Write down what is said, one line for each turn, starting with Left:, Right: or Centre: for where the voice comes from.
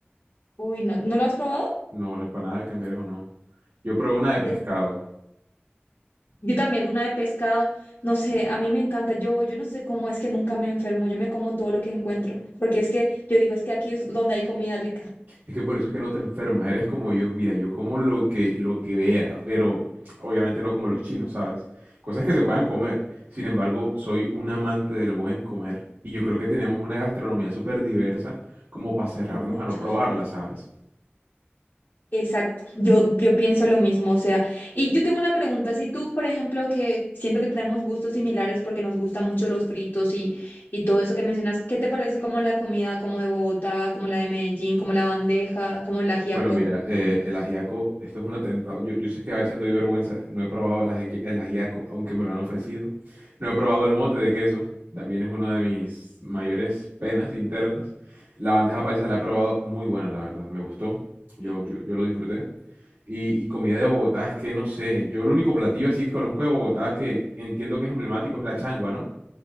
Left: Uy, no, ¿no lo has probado?
Right: No, la empanada de cangrejo no. Yo probé una de pescado.
Left: De- yo también, una de pescado, no sé, a mí me encanta. Yo, yo no sé cómo es que nunca me enfermo. Yo me como todo lo que encuentro, porque es que yo digo, es que aquí es donde hay comida rica.
Right: Es que por eso es que no te enfermas, eres como yo. Mira, yo como lo que, lo que vea, pero obviamente no como los chinos, ¿sabes? Cosas que se puedan comer. Sin embargo, soy un amante del buen comer. Y yo creo que tenemos una gastronomía súper diversa como para cerrarnos
Left: Mucha.
Right: a no probarla, ¿sabes?
Left: Exacto, yo, yo pienso lo mismo, o sea, y yo tengo una pregunta, si tú, por ejemplo, que siento que tenemos gustos similares porque nos gustan mucho los fritos y, y todo eso que mencionas, ¿qué te parece como la comida como de Bogotá, como la de Medellín, como la bandeja, como el ajiaco?
Right: Bueno, mira, eh, el ajiaco, esto es un atentado. Yo, yo sé que a veces doy vergüenza. No he probado el aji- el ajiaco, aunque me lo han ofrecido. No he probado el mote de queso. También es una de mis mayores penas internas. La bandeja paisa la he probado muy buena, la verdad. Me gustó. Yo,
Left: Sí.
Right: yo, yo lo disfruté. Y, y comida de Bogotá, es que no sé. Yo el único platillo así que conozco de Bogotá que entiendo que es emblemático es la changua, ¿no?